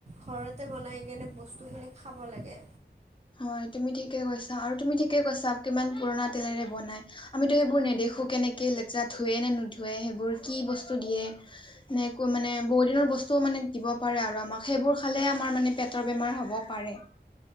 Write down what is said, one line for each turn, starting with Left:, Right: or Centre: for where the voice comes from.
Right: ঘৰতে বনাই কেনে বস্তুখিনি খাব লাগে।
Left: হয়, তুমি ঠিকে কৈছা আৰু তুমি ঠিকে কৈছা, কিমান পুৰণা তেলেৰে বনাই আমিতো সেইবোৰ নেদে খো, কেনেকৈ লেতেৰা ধোৱে নে নুধোৱে সেইবোৰ কি বস্তু দিয়ে নে একো মানে বহুদিনৰ বস্তু মানে দিব পাৰে আৰু আমাক সেইবোৰ খালে আমাৰ মানে পেটৰ বেমাৰ হ'ব পাৰে।